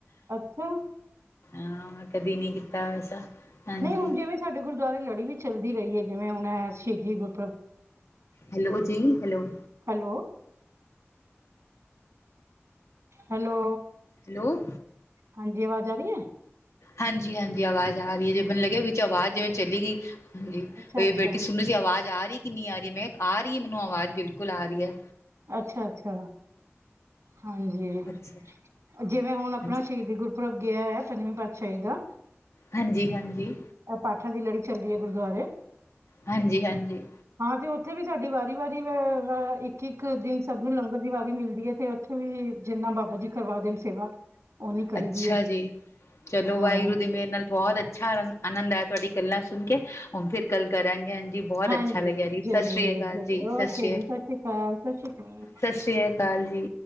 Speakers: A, on the right (about 80°); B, on the left (about 80°).
A: ਕੰਯੋ
B: ਆ ਮੈਂ ਕਦੀ ਨੀ ਕੀਤਾ ਵੈਸਾ। ਹਾਂਜੀ
A: ਨਈ ਹੁਨ ਜਿਵੇਂ ਸਾਡੇ ਗੁਰਦੁਆਰੇ ਲੜੀ ਵੀ ਚੱਲਦੀ ਰਈ ਏ ਜਿਵੇਂ ਹੁਣ ਐ ਸ਼ਹੀਦੀ ਗੁਰ
B: ਹੈਲੋ ਜੀ ਹੈਲੋ।
A: Hello hello.
B: ਹੈਲੋ
A: ਹਾਂਜੀ ਆਵਾਜ਼ ਆ ਰਈ ਏ।
B: ਹਾਂਜੀ-ਹਾਂਜੀ ਆਵਾਜ਼ ਆ ਰਈ ਏ, ਜੇ ਮੈਨੂੰ ਲੱਗਿਆ ਵਿੱਚ ਆਵਾਜ਼ ਜਿਵੇਂ ਚਲੀ ਗਈ। ਹਾਂਜੀ
A: ਅੱਛਾ ਅੱਛਾ
B: ਬੇਟੀ ਸੁਨ ਰਈ ਸੀ ਆਵਾਜ਼ ਆ ਰਈ ਕਿੰਨੀ ਆ ਰਈ ਏ, ਮੈਂ ਕਿਆ ਆ ਰਈ ਏ ਮੈਨੂੰ ਆਵਾਜ਼ ਬਿਲਕੁਲ ਆ ਰਈ ਏ।
A: ਅੱਛਾ-ਅੱਛਾ ਹਾਂਜੀ
B: ਅੱਛਾ
A: ਜਿਵੇਂ ਹੁਨ ਆਪਣਾ
B: ਹਾਂਜੀ
A: ਸ਼ਹੀਦੀ ਗੁਰਪੁਰਬ ਗਿਆ ਐ, ਪੰਜਵੀਂ ਪਾਤਸ਼ਾਹੀ ਦਾ
B: ਹਾਂਜੀ-ਹਾਂਜੀ
A: ਅ ਪਾਠਾਂ ਦੀ ਲੜੀ ਚੱਲਦੀ ਏ ਗੁਰਦੁਆਰੇ।
B: ਹਾਂਜੀ-ਹਾਂਜੀ
A: ਹਾਂ ਤੇ ਉੱਥੇ ਵੀ ਸਾਡੀ ਵਾਰੀ-ਵਾਰੀ ਵ ਵਾ ਇੱਕ-ਇੱਕ ਦਿਨ ਸਭ ਨੂੰ ਲੰਗਰ ਦੀ ਵਾਰੀ ਮਿਲਦੀ ਏ ਤੇ ਵੀ ਜਿੰਨਾ ਬਾਬਾ ਜੀ ਕਰਵਾ ਦੇਣ ਸੇਵਾ, ਓਨੀ ਕਰੀ
B: ਅੱਛਾ
A: ਦੀ ਏ।
B: ਜੀ ਚਲੋ
A: ਹਾਂ
B: ਵਾਹਿਗੁਰੂ ਦੀ ਮੇਰ ਨਾਲ ਬੋਤ ਅੱਛਾ ਆਨੰਦ ਆਇਆ ਤੁਹਾਡੀ ਗੱਲਾਂ ਸੁਣ ਕੇ। ਹੁਣ ਫਿਰ ਗੱਲ ਕਰਾਂਗੇ ਹਾਂਜੀ ਬਹੁਤ
A: ਹਾਂਜੀ
B: ਅੱਛਾ ਲੱਗਿਆ ਜੀ,
A: ਜ਼ਰੂਰ
B: ਸਤਿ ਸ੍ਰੀ ਅਕਾਲ
A: ਜ਼ਰੂਰ
B: ਜੀ,
A: ਓਕੇ
B: ਸਤਿ ਸ੍ਰੀ
A: ਜੀ
B: ਅ
A: ਸਤਿ ਸ੍ਰੀ ਅਕਾਲ, ਸਤਿ ਸ੍ਰੀ
B: ਸਤਿ ਸ੍ਰੀ ਅਕਾਲ ਜੀ।